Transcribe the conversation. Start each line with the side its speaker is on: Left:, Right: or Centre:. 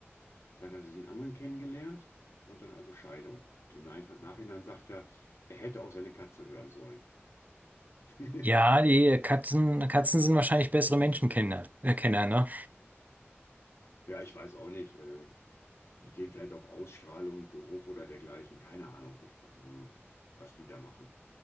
Left: dann hatte sie einen anderen kennengelernt und dann also Scheidung. Und im Nein- Nachhinein sagt er, er hätte auch seine Katze hören sollen. <laughs>
Right: Ja, die Katzen, Katzen sind wahrscheinlich bessere Menschenkenner, äh, Kenner, ne?
Left: Ja, ich weiß auch nicht. äh, Die gehen vielleicht auf Ausstrahlung, Geruch oder dergleichen. Keine Ahnung, ähm, was die da machen.